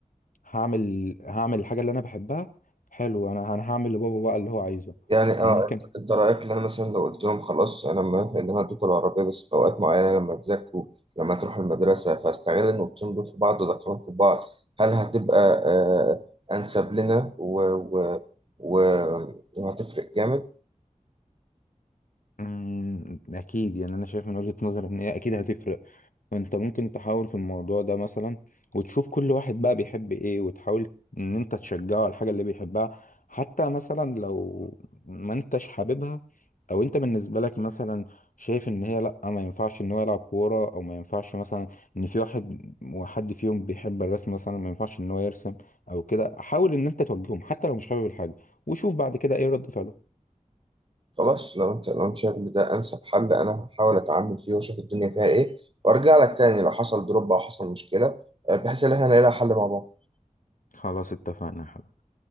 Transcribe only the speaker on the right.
يعني اه
انت أنت رايك ان انا مثلا لو قلت لهم خلاص انا موافق ان انا ادوكوا العربيه بس في اوقات معينه لما تذاكروا لما تروحوا المدرسه فاستغل النقطتين دول في بعض وادخلهم في بعض هل هتبقى آه انسب لنا و... و... و... وهتفرق جامد
خلاص لو انت لو انت شايف ان ده انسب حل انا هحاول اتعامل فيه واشوف الدنيا فيها ايه وارجع لك تاني لو حصل دروب او حصل مشكله آه، بحيث ان احنا نلاقي لها حل مع بعض